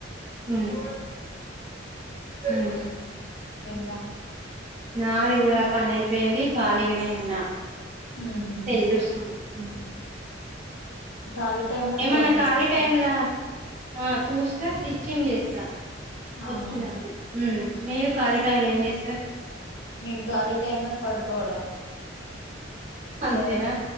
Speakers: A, on the right; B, on the left.
A: హ్మ్ మ్
B: త
A: నాది కూడా పని అయిపోయింది ఖాళీగనే ఉన్న
B: ఉహు
A: సెల్ జూసుకుంటు మ్
B: ఖాళీ టైమ్ లో
A: ఏమన్నా
B: ఫోన్ చూస్తారా
A: ఖాళీ టైమ్లా ఆ చూస్తే స్టిచ్చింగ్ చేస్తా
B: అవునా
A: వచ్చు నాకు ఉం మీరు ఖాళీ టైమ్ లో ఏం చేస్తారు
B: నేను కాలి టైం లో పడుకోవడం
A: అంతేనా
B: లేవడం